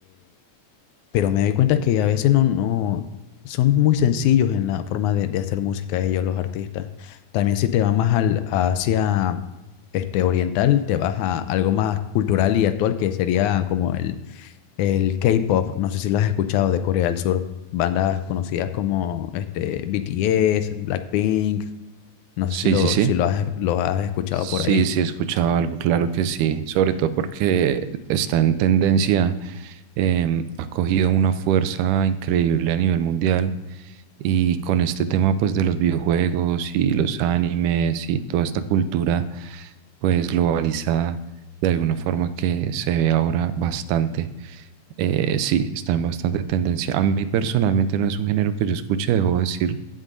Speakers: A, on the left; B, on the right.
A: Pero me doy cuenta que a veces no, no son muy sencillos en la forma de, de hacer música ellos, los artistas. También si te vas más al, hacia este oriental, te vas a algo más cultural y actual que sería como el, el K-pop. No sé si lo has escuchado de Corea del Sur. Bandas conocidas como este BTS, Blackpink. No sé
B: Sí,
A: si lo,
B: sí, sí.
A: si lo has, lo has escuchado
B: Sí,
A: por ahí.
B: sí he escuchado algo, claro que sí, sobre todo porque está en tendencia, em, ha cogido una fuerza increíble a nivel mundial y con este tema pues de los videojuegos y los animes y toda esta cultura pues globalizada de alguna forma que se ve ahora bastante, eh, sí, está en bastante tendencia. A mí personalmente no es un género que yo escuche, debo decir,